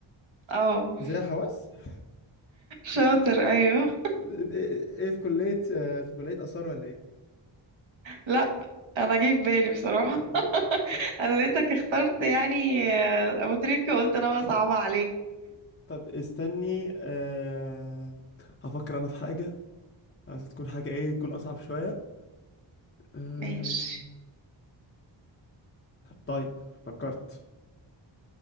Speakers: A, on the right (about 70°); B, on the left (about 30°).
A: اه
B: زي حواس <laughs>
A: شاطر ايوه
B: ايه إيه، في كلية آه، في كلية آثار ولا ايه
A: لا انا جاي في بالي بصراحه
B: آه، بس
A: انا لقيتك اخترت يعني آه، ابو تريكه قلت انا بقى صعبه عليك
B: طب استني أه... هفكر انا في حاجة عايز تكون حاجة ايه تكون اصعب شوية أه...
A: ماشي
B: طيب فكرت